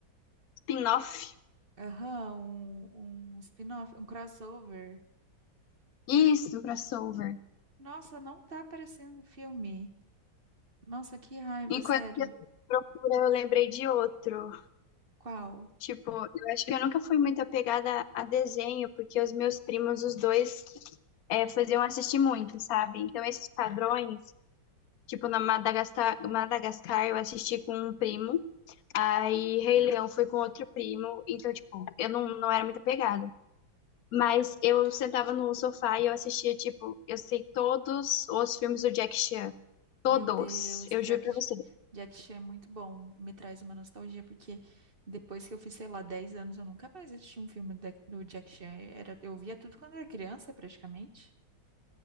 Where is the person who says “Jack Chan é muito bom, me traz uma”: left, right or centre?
Right